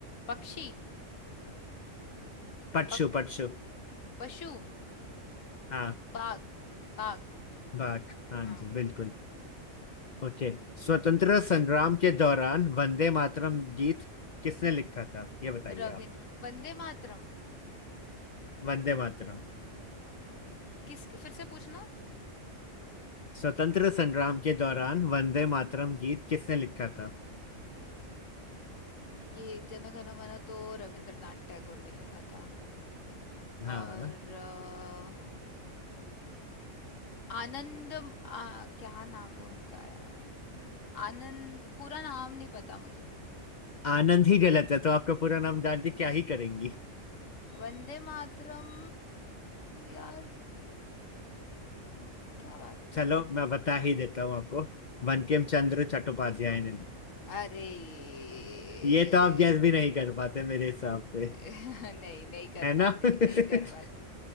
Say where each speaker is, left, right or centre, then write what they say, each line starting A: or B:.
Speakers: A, on the left; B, on the left.
A: पक्षी
B: पशु
A: पक,
B: पशु
A: पशु
B: हाँ
A: बाग बाग
B: बात हाँ
A: हाँ
B: जी बिल्कुल ओके स्वतंत्र संग्राम के दौरान वंदे मातरम गीत किसने लिखा था ये बताइए
A: रविंद्र
B: आप
A: वंदे मातरम
B: वंदे मातरम
A: किस फिर से पूछना
B: स्वतंत्र संग्राम के दौरान वंदे मातरम गीत किसने लिखा था
A: ये जन गण मन तो रविंद्रनाथ टैगोर ने लिखा था
B: हाँ
A: और अ, आनंद आ, क्या नाम है उनका यार आनंद पूरा नाम नहीं पता मुझे
B: आनंद ही गलत है तो आपका पूरा नाम जान के क्या ही करेंगी
A: वंदे मातरम यार क्या बात कर
B: चलो
A: रहे हो
B: मैं बता ही देता हूँ आपको बंकिम चंद्र चट्टोपाध्याय ने लिखा
A: अरे ये
B: ये तो आप गैस भी नहीं कर पाते मेरे हिसाब से
A: <laughs> नहीं नहीं कर
B: है ना
A: पाते
B: <laughs>
A: नहीं कर पाते